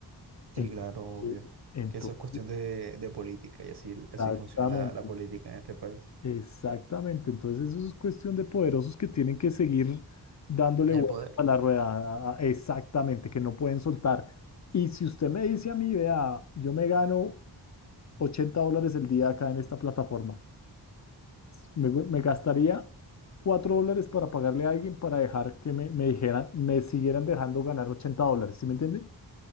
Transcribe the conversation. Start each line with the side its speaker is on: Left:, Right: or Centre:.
Left: En-
Right: Sí, claro, obvio.
Left: eh, ento-
Right: Que eso es cuestión de, de política y así, así
Left: exactamente,
Right: funciona la, la política en este país.
Left: exactamente. Entonces eso es cuestión de poderosos que tienen que seguir dándole
Right: En
Left: vueltas
Right: el poder.
Left: a la rueda, a- a- exactamente, que no pueden soltar. Y si usted me dice a mí, vea, yo me gano 80 dólares el día acá en esta plataforma. Me, me gastaría cuatro dólares para pagarle a alguien para dejar que me, me dijeran, me siguieran dejando ganar 80 dólares, ¿sí me entiende?